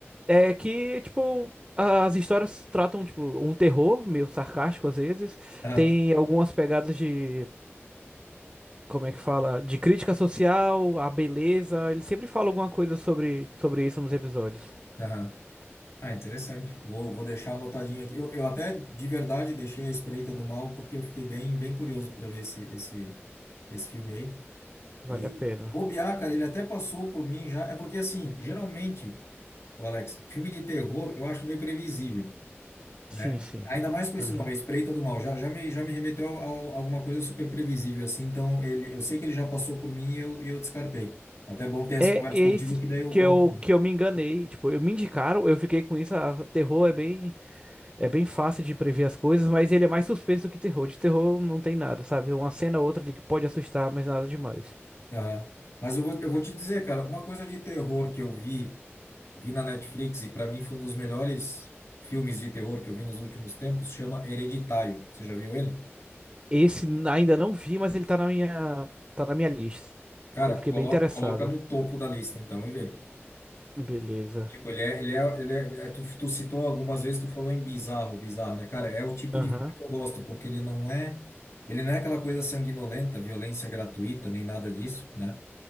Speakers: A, on the right (about 25°); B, on the left (about 80°).
A: É que, tipo, as histórias tratam, tipo, um terror meio sarcástico às vezes.
B: Aham,
A: Tem algumas pegadas de, como é que fala? De crítica social, a beleza. Ele sempre fala alguma coisa sobre, sobre isso nos episódios.
B: aham. Ah, interessante. Vou, vou deixar anotadinho aqui. Eu, eu até de verdade deixei a Espreita do Mal porque eu fiquei bem, bem curioso para ver esse, esse, esse filme aí.
A: Vale
B: E
A: a pena.
B: bobear, cara, ele até passou por mim já. É porque assim, geralmente Ô, Alex, filme de terror eu acho meio previsível, né?
A: Sim, sim.
B: Ainda mais com esse
A: Aham.
B: nome, A Espreita do Mal. Já, já me, já me remeteu a, a alguma coisa super previsível, assim. Então, ele, eu sei que ele já passou por mim e eu, e eu descartei. Até é bom ter essa
A: É
B: conversa
A: esse
B: contigo, que daí eu
A: que
B: volto
A: eu,
B: lá.
A: que eu me enganei. Tipo, eu me indicaram, eu fiquei com isso. ah, terror é bem, é bem fácil de prever as coisas, mas ele é mais suspenso do que terror. De terror não tem nada, sabe? Uma cena ou outra de que pode assustar, mas nada demais.
B: Aham. Mas eu vou, eu vou te dizer, cara, uma coisa de terror que eu vi, vi na Netflix e para mim foi um dos melhores filmes de terror que eu vi nos últimos tempos, chama Hereditário. Você já viu ele?
A: Esse ainda não vi, mas ele tá na minha, tá na minha lista.
B: Cara,
A: Eu fiquei
B: coloca,
A: bem interessada.
B: coloca no topo da lista, então, e vê.
A: Beleza.
B: Tipo, ele é, ele é, ele é, é, tu, tu citou algumas vezes, tu falou em bizarro, bizarro, né? Cara, é o tipo
A: Aham.
B: de filme que eu gosto, porque ele não é, ele não é aquela coisa sanguinolenta, violência gratuita, nem nada disso, né?